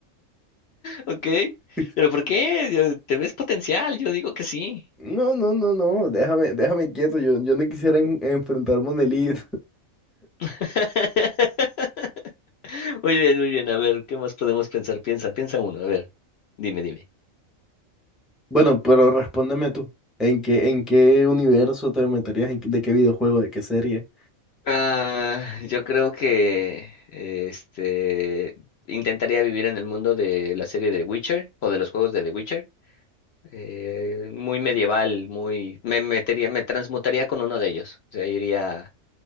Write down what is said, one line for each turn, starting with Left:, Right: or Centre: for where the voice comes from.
Left: Ok,
Centre: <laughs>
Left: pero ¿por qué? Yo- ¿Te ves potencial? Yo digo que sí.
Centre: no, no, no, no, déjame, déjame quieto, yo, yo no quisiera en- enfrentarme a un elite.
Left: <laughs> Muy bien, muy bien. A ver, ¿qué más podemos pensar? Piensa, piensa uno. A ver, dime, dime.
Centre: Bueno, pero respóndeme tú. ¿En qué, en qué universo te meterías? ¿En qué- ¿De qué videojuego? ¿De qué serie?
Left: Ah, yo creo que este intentaría vivir en el mundo de la serie de Witcher o de los juegos de The Witcher. Eh, muy medieval, muy me metería, me transmutaría con uno de ellos. O sea, iría